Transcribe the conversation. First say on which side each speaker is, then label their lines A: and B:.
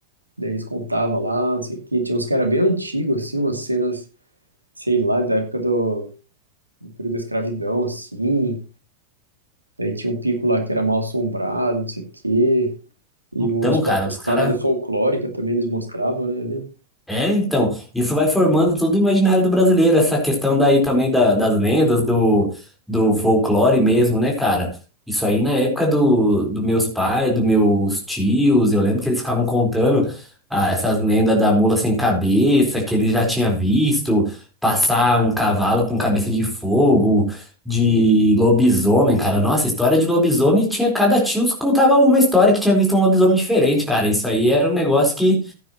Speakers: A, on the right (about 80°); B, in the centre.
A: daí eles contavam lá, não sei o quê. Tinha uns que era bem antigo, assim, umas cenas, sei lá, da época do, do período da escravidão, assim. Daí tinha um pico lá que era mal assombrado, não sei o quê. E
B: Então,
A: uns, pa-
B: cara,
A: umas
B: os
A: paradas
B: caras
A: folclóricas também eles mostravam, né? Eu lembro.
B: É, então, isso vai formando todo o imaginário do brasileiro, essa questão daí também da- das lendas, do, do folclore mesmo, né, cara? Isso aí na época do, do meus pais, dos meus tios, eu lembro que eles ficavam contando ah, essas lendas da mula sem cabeça, que ele já tinha visto, passar um cavalo com cabeça de fogo, de
A: Hum,
B: lobisomem, cara. Nossa, história de lobisomem tinha cada tio que contava uma história que tinha visto um lobisomem diferente, cara. Isso aí era um negócio que